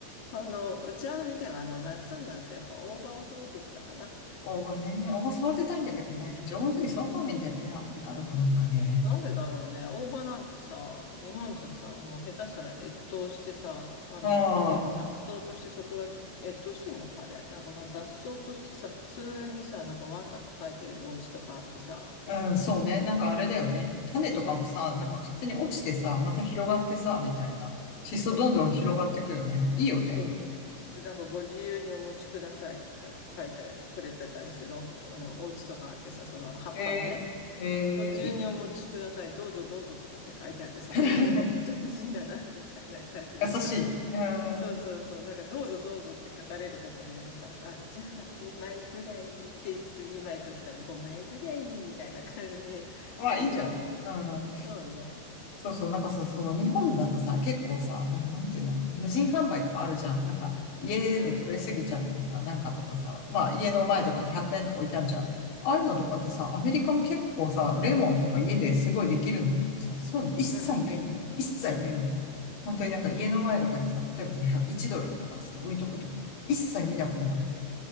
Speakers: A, on the left; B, on the left.
A: あの、うちはあれだよ。あの、夏になるとやっぱ大葉を育ててたかな。
B: 大葉ね。大葉育てたいんだけどね、上手に育たないんだよね、アメリカだとなんかね。
A: なんでだろうね。大葉なんてさ、日本じゃさ、もう下手したら越冬してさ、あのね、
B: うん。
A: 雑草としてそこら中、越冬してんのかあれ。なんかまあ雑草としてさ、普通にさ、なんかわんさか生えてるお家とかあってさ、
B: うん、そうね。なんかあれだよね。種とかもさ、
A: うん、
B: なんか勝手に落ちてさ、また広がってさ、みたいな。シソどんどん広がってくよね。
A: そうそう、
B: いいよね。
A: そうそう。で、なんかご自由にお持ちくださいとか言って書いてくれてたりするお、あの、お家とかあってさ、その葉っぱをね、
B: えー、えー、
A: ご自由にお持ちください。
B: いい。
A: どうぞどうぞとかって書いてあってさ、
B: <laughs>
A: 本当に持ってほしいんだな、みたいな感じでさ。
B: 優しいね。うん。
A: そうそうそう。なんか、どうぞどうぞって書かれることによりさ、あ、じゃあ2枚ぐらいって言いつつ2枚取ったら5枚ぐらいみたいな感じになりそうだね。
B: まあ、いいんじゃないうん。
A: そうね。
B: そうそう、なんかさ、その日本だとさ、結構さ、なん、なんて言うんだろうな、無人販売とかあるじゃん。なんか家で取れすぎちゃったさ、
A: うん。
B: なんかとかさ、まあ家の前とかに100円とか置いてあるじゃん。
A: うん。
B: ああいうのとかってさ、アメリカも結構さ、レモンとか家ですごいできるんだけどさ、そういうの一切ないんだよね。
A: うん。
B: 一切ないの。本当になんか家の前とかにさ、例えばさ、1 0ドルとかつって置いとくとかさ、一切見たことなくて。